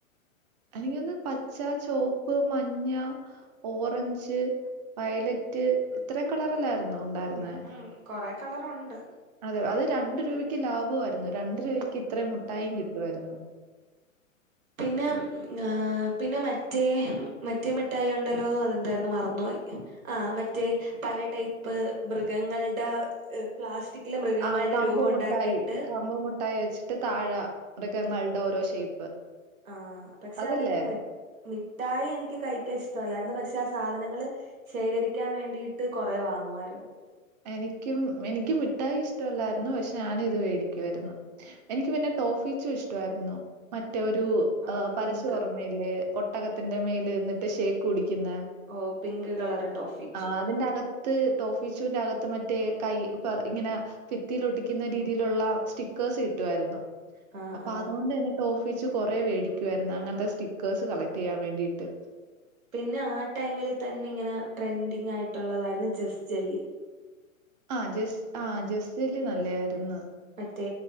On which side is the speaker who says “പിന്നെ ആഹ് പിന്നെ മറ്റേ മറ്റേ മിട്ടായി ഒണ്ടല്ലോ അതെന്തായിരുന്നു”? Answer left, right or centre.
Right